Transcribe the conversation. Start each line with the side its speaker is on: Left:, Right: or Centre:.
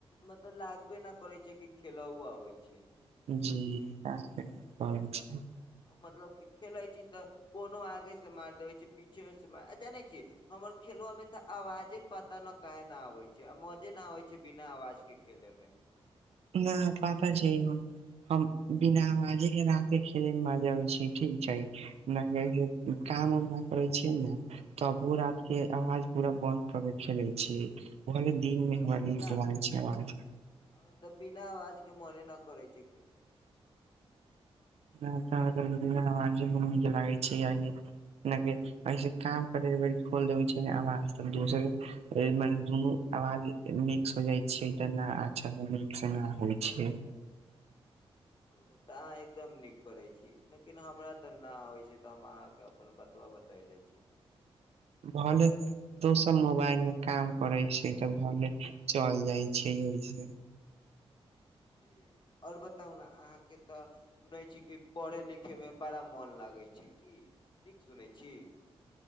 Left: मतलब लागबे नै करै छै कि खेलहु आबै छै।
Right: जी
Left: की
Right: अहा के कहे छी।
Left: मतलब कि खेले छी तऽ कोनो आगे से मार देबे छीये, पीछे मे से मा आ जानै छीयै हमर खेलवा में तऽ आवाजे पता न कहे न आबे छै आ मजे न आबे छै बिना आवाज के खेले में।
Right: <unintelligible> हम बिना आवाजे के रात के खेले मे मजा आवे छै ठीक छै। न कियाकी उम्म काम उम ना करै छियै नै तबो रात के आवाज पूरा बंन्द करके खेले छियै। भले दिनमे हमरा
Left: तऽ बिना
Right: निक लागे छै आवाज।
Left: हमरा तऽ बिना आवाज के मने नै करै छै खेले के।
Right: हमरा तै मतलब की बिना अवाजे के निक लागे छै कियाकि जना कि ऐसे काम करे घरी खोल देबै छीयै नै आवाज त दोसर के एमे दुनू आवाज मिक्स हो जाइ छै तऽ न अच्छा निक से न होइ छै।
Left: ओ तऽ अहाँ एकदम नीक करै छी, लेकिन हमरा तऽ न होइ छै तऽ हम अहाँके अपन बतबा ब तैले छियै।
Right: भले दोसर मोबाइल मे काम पड़े छै तऽ भले चल जाइ छै, ओहिसे
Left: जी और बताउ ने अहाँके तऽ सुनै छी कि पढ़ै लिखैमे बड़ा मोन लागै छै की नीक सुनैत छी।